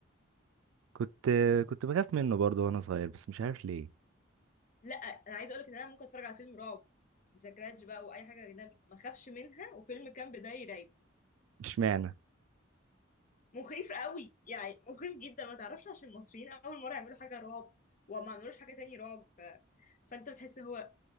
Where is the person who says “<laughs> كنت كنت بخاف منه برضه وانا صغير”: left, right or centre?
Right